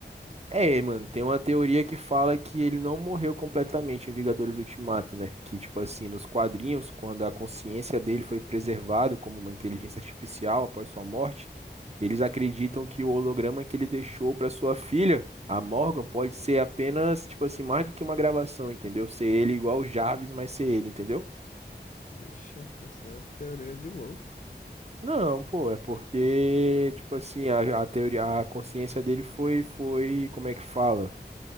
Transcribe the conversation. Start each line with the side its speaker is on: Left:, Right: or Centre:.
Right: É, mano, tem uma teoria que fala que ele não morreu completamente em Vingadores Ultimato, né? Que, tipo assim, nos quadrinhos, quando a consciência dele foi preservada como uma inteligência artificial após sua morte, eles acreditam que o holograma que ele deixou pra sua filha, a Morgan, pode ser apenas, tipo assim, mais do que uma gravação, entendeu? Ser ele igual o Jarvis, mas ser ele, entendeu?
Left: Ixi, essa é teoria de louco.
Right: Não, pô, é porque, tipo assim, a, a teoria, a consciência dele foi, foi, como é que fala?